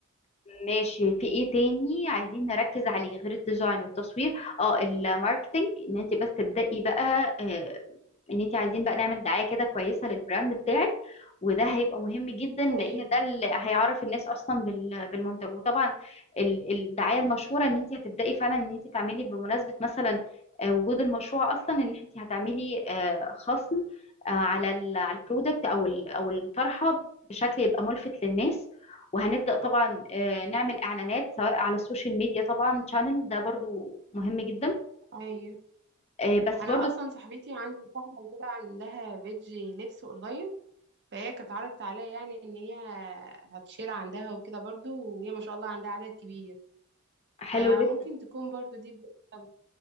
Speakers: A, on the left; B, on the right.
A: ماشي في ايه تاني عايزين نركز عليه غير الديزاين والتصوير اه الماركتينج ان انت بس تبدأي بقى آه، ان انت عايزين بقى نعمل دعاية كده كويسة للبراند بتاعك وده هيبقى مهم جدا لان
B: أيوه
A: ده اللي هيعرف الناس اصلا بال- بالمنتج وطبعا ال- الدعاية المشهورة ان انت هتبدأي فعلا ان انت تعملي بمناسبة مثلا آه، وجود المشروع اصلا ان انت هتعملي آه، خصم آه، على ال- على البرودكت او ال- او الطرحة بشكل يبقى ملفت للناس وهنبدأ طبعا آه، نعمل اعلانات سواء على السوشيال ميديا طبعا شانل ده برضو مهم جدا
B: أيوه
A: آه، بس
B: أنا
A: برضو
B: أصلا صاحبتي عندي صاحبة كده عندها بيج لبس أونلاين فهي كانت عرضت عليا يعني إن هي هتشير عندها وكده برضو وهي ما شاء الله عندها عدد كبير
A: حلو
B: فممكن
A: جدا
B: تكون برضو دي بداية